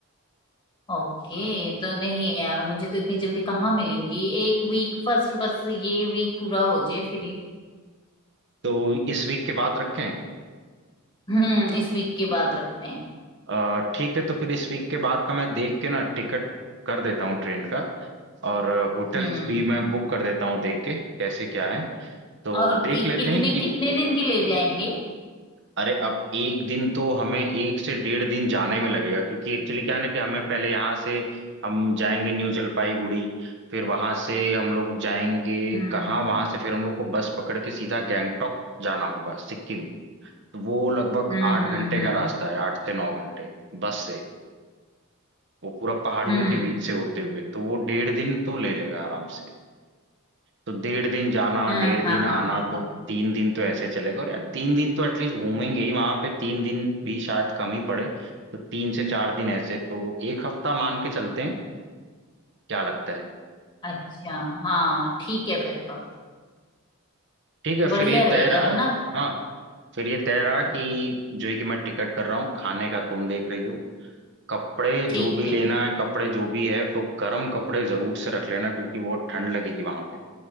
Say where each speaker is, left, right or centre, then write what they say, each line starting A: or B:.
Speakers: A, on the left (about 20°); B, on the right (about 55°).
A: ओके तो नहीं यार मुझे तो इतनी जल्दी कहाँ मिलेंगी एक वीक फर्स्ट बस ये वीक पूरा हो जाए फिर ही
B: तो इस वीक के बाद रखें
A: हम्म इस वीक की बात रखते हैं
B: अ, ठीक है तो फिर इस वीक के बाद का मैं देख के ना टिकट कर देता हूँ ट्रेन का और होटल्स
A: हम्म
B: भी मैं बुक कर देता हूँ देख के कैसे क्या है तो
A: और
B: देख
A: कि,
B: लेते
A: कितने
B: हैं कि
A: कितने दिन के ले जाएंगे
B: अरे अब एक दिन तो हमें एक से डेढ़ दिन जाने में लगेगा क्योंकि एक्चुअली क्या है ना कि हमें पहले यहाँ से हम जाएंगे न्यू जलपाईगुड़ी फिर वहां से हम लोग जाएंगे
A: हम्म
B: कहाँ वहां से फिर हम लोग को बस पकड़ के सीधा गैंगटोक जाना होगा सिक्किम तो वो लगभग
A: हम्म
B: आठ
A: हम्म
B: घंटे
A: हम्म
B: का रास्ता है आठ से नौ घंटे बस से वो पूरा पहाड़ियों
A: हम्म
B: के बीच
A: हम्म,
B: से होते हुए तो वो डेढ़ दिन तो ले लेगा आराम से तो डेढ़ दिन जाना
A: हाँ
B: डेढ़
A: हाँ
B: दिन आना
A: हाँ, बिल्कुल
B: तो तीन दिन तो ऐसे चलेगा और यार तीन दिन तो एटलीस्ट घूमेंगे ही वहां पे तीन दिन भी शायद कम ही पड़े तो तीन से चार दिन ऐसे तो एक हफ्ता मान के चलते हैं क्या लगता है
A: अच्छा हाँ ठीक है फिर तो
B: ठीक है
A: बढ़िया
B: फिर ये
A: रहेगा
B: तय रहा
A: है ना
B: हाँ फिर ये तय रहा
A: हम्म,
B: कि जो है कि मैं टिकट कर रहा हूँ खाने का तुम देख रही हो कपड़े
A: ठीक
B: जो भी
A: है
B: लेना है कपड़े जो भी है तो गर्म कपड़े जरूर से रख लेना क्योंकि वो ठंड लगेगी वहां पे